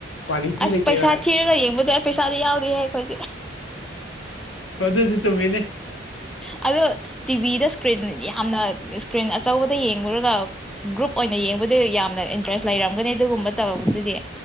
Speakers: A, on the left; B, in the centre.
A: ꯀ꯭ꯋꯥꯂꯤꯇꯤ
B: ꯑꯁ
A: ꯂꯩꯇꯦꯕ
B: ꯄꯩꯁꯥꯤ ꯂꯩꯒ ꯌꯦꯕꯨꯔ ꯄꯩꯁꯥꯗ ꯌꯥ ꯈꯣꯏ
A: ꯨꯁꯨ ꯇꯨꯃꯤꯅꯦ
B: ꯑꯗꯣ ꯇꯤꯚꯤꯗ ꯏꯁꯀ꯭ꯔꯤꯟ ꯌꯥꯝꯅ ꯏꯁꯀ꯭ꯔꯤꯟ ꯑꯆꯧꯕꯗ ꯌꯦꯡꯉꯨꯔꯒ ꯒ꯭ꯔꯨꯞ ꯑꯣꯏꯅ ꯌꯦꯡꯕꯗ ꯌꯥꯝꯅ ꯏꯟꯇꯔꯦꯁ ꯂꯩꯔꯝꯒꯅꯤ ꯑꯗꯨꯒꯨꯝꯕ ꯇꯕꯗꯨꯗꯤ